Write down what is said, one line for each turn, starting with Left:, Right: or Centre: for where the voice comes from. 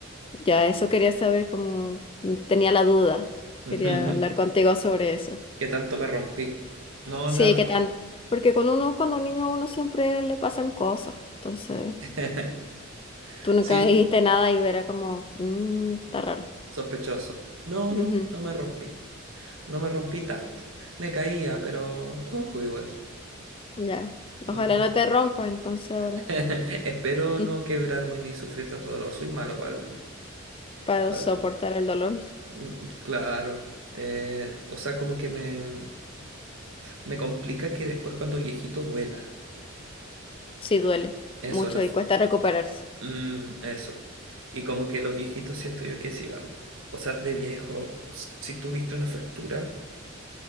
Left: ya eso quería saber, como tenía la duda,
Right: <laughs>
Left: quería hablar contigo sobre eso.
Right: ¿Qué tanto me rompí? No,
Left: Sí,
Right: nada.
Left: qué tan, porque con uno, cuando un niño a uno siempre le pasan cosas, entonces
Right: <laughs>
Left: tú nunca
Right: Sin
Left: me dijiste nada y era como, "Mm, está raro.
Right: sospechoso. No,
Left: Ujú.
Right: no, no me rompí. No me rompí tanto. Me caía, pero poco igual.
Left: Ya.
Right: Mm.
Left: Ojalá no te rompa entonces ahora.
Right: <laughs> Espero
Left: Mm,
Right: no quebrarme ni sufrir tanto dolor. Soy malo para
Left: Para
Right: el
Left: soportar el dolor.
Right: Mm, Claro, eh, o sea, como que me, me complica que después cuando viejito duela.
Left: Sí duele
Right: Eso,
Left: mucho
Right: la, f-
Left: y cuesta recuperarse.
Right: mm, eso. Y como que los viejitos siento yo que sí, ah, o sea, de viejo, s- si tuviste una fractura,